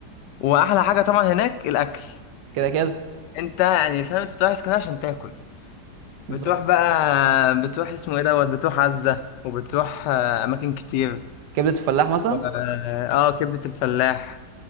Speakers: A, on the left; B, on the right.
A: وأحلى حاجة طبعا هناك الأكل
B: كده كده
A: انت يعني فاهم انت بتروح اسكندريه عشان تاكل
B: بالظبط
A: بتروح بقى بتروح اسمه ايه دوت بتروح عزه وبتروح آه، اماكن كتير
B: كبده الفلاح مثلا
A: و... اه كبده الفلاح